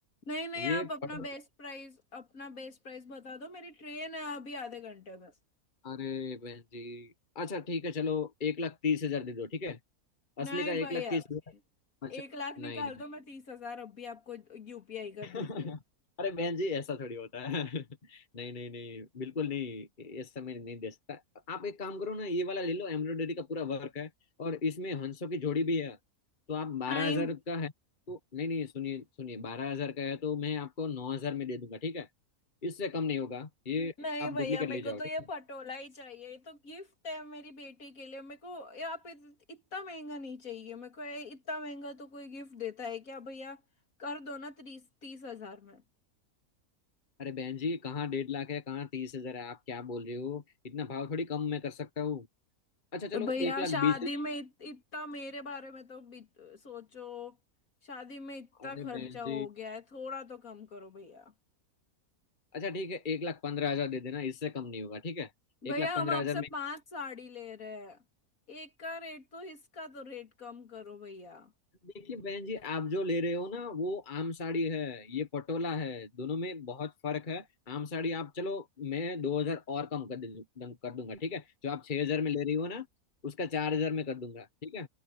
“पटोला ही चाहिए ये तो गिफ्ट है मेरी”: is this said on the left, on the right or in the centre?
Left